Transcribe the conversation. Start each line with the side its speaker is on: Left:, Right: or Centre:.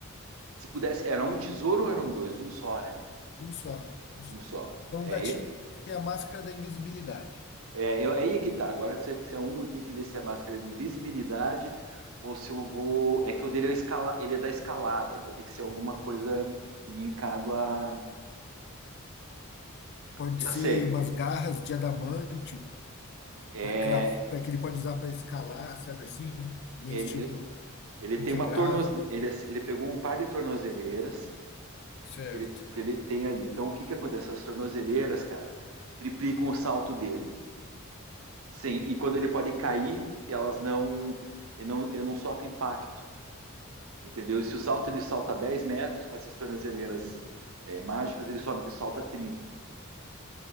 Right: se pudesse, era um tesouro ou eram dois? Um só, né?
Left: Um só, um só.
Right: Um só.
Left: Então
Right: É,
Left: o gatinho tem a máscara da invisibilidade.
Right: É, eu, aí é que tá. Agora que você, que você é um, eu tenho que ver se a máscara é de invisibilidade ou se eu vou. É que o dele é, escala... ele é da escalada, então tem que ser alguma coisa linkado a.
Left: Pode
Right: Já
Left: ser
Right: sei.
Left: umas garras de adamantio
Right: É,
Left: para crav... para que ele pode usar para escalar, sabe assim, meio
Right: ele,
Left: estilo
Right: ele
Left: inquebrável.
Right: tem uma tornoz Ele, ele pegou um par de tornozeleiras
Left: Certo.
Right: que ele, que ele tem ali. Então o que que acontece? As tornozeleiras, cara, triplicam o salto dele. Sim, e quando ele pode cair, que elas não. Ele não, ele não sofre impacto. Entendeu? E se o salto ele salta 10 metros com essas tornozeleiras é, mágicas, ele sobe, salta 30.